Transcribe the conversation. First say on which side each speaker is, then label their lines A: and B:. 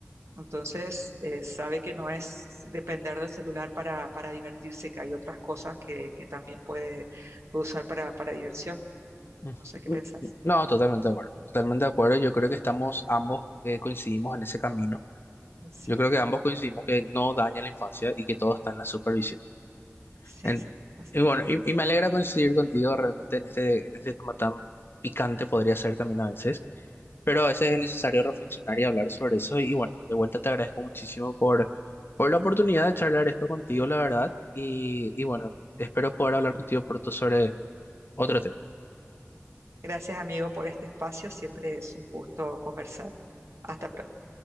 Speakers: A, on the right (about 70°); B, on the left (about 50°).
A: Entonces, eh, sabe que no es depender del celular para, para divertirse, que hay otras cosas que, que también puede, puede usar para, para diversión.
B: Mm.
A: No sé qué pensás.
B: No, totalmente de acuerdo, totalmente de acuerdo, yo creo que estamos ambos eh, coincidimos en ese camino,
A: Sí,
B: yo creo que ambos coincidimos que no daña la infancia y que todo está en la supervisión.
A: sí,
B: En-
A: sí. así.
B: y bueno, y, y me alegra coincidir contigo realmente en este, en este tema tan picante podría ser también a veces, pero a veces es necesario reflexionar y hablar sobre eso. Y bueno, de vuelta te agradezco muchísimo por, por la oportunidad de charlar esto contigo, la verdad. Y, y bueno, espero poder hablar contigo pronto sobre otro tema.
A: Gracias, amigo, por este espacio. Siempre es un gusto conversar. Hasta pronto.